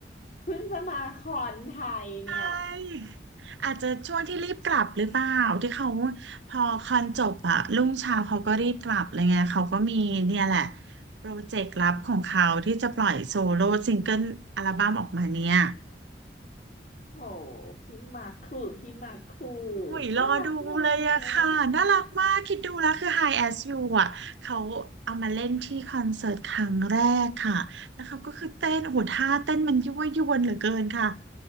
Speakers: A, on the left; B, on the right.
A: เพิ่งจะมาคอนไทยเนี่ย
B: ใช่อาจจะช่วงที่รีบกลับหรือเปล่าที่เขาพอคอนจบอะรุ่งเช้าเขาก็รีบกลับอะไรเงี้ยเขาก็มีเนี่ยแหละโปรเจกต์ลับของเขาที่จะปล่อยโซโล่ซิงเกิลอัลบั้มออกมาเนี่ย
A: โหพี่มาร์คคือพี่มาร์คคือ
B: อุยรอดูเลยอะค่ะน่ารักมากคิดดูแล้วคือ
A: น่ารักเนอะ
B: High As You อะเขาเอามาเล่นที่คอนเสิร์ตครั้งแรกค่ะแล้วเขาก็คือเต้นโอ้โหท่าเต้นมันยั่วยวนเหลือเกินค่ะ